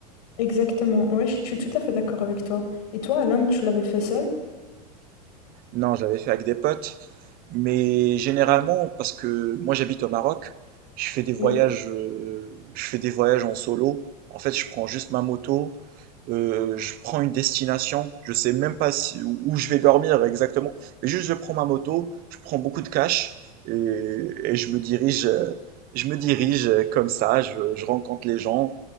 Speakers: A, on the left; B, on the right.
A: Exactement, ouais, je suis tout à fait d'accord avec toi. Et toi, Alain, tu l'avais fait seul?
B: Non, je l'avais fait avec des potes, mais généralement, parce que moi j'habite au Maroc, je fais des voyages,
A: Oui.
B: euh, je fais des voyages en solo. En fait, je prends juste ma moto, euh, je prends une destination, je sais même pas si- où où je vais dormir exactement, mais juste je prends ma moto, je prends beaucoup de cash et, et je me dirige, euh, je me dirige euh, comme ça, je, je rencontre les gens.